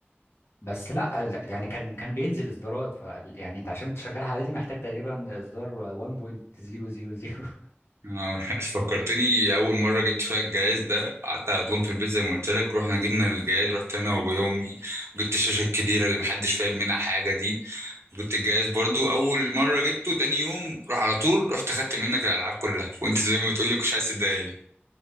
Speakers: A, on the left (about 70°); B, on the right (about 85°).
A: بس لا لا، يعني كان كان بينزل اصدارات ف يعني انت عشان تشغلها على دي محتاج تقريبا اصدار 1.000
B: انا <laughs> فكرتني اول مره جبت فيها الجهاز ده قعدت على طول في البيت زي ما قلت لك رحنا جبنا الجهاز رحت انا وابويا وامي وجبت الشاشه الكبيره اللي محدش فاهم منها حاجه دي وجبت الجهاز برضو اول مره جبته تاني يوم راح على طول رحت خدت منك الالعاب كلها وانت زي ما بتقول لي كنتش عايز تديها لي